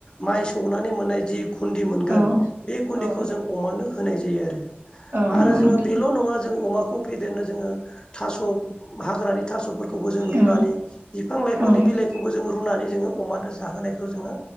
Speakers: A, on the left; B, on the right.
A: माइ सौनानै मोननाय जि गुन्दि मोनगोन
B: औ
A: बे गुन्दिखौ
B: औ
A: जों अमानो होनाय जायो आरो।
B: औ नंगौ
A: आरो जोङो
B: नोंथां
A: बेल' नंङा जों अमाखौ फेदेरनो जोङो थास' हाग्रानि थास'फोरखौबो जों रुनानै
B: औ
A: बिफां लाइफांनि
B: औ
A: बिलाइ खौबो जों रुनानै जोङो अमानो जाहोनायखौ जोङो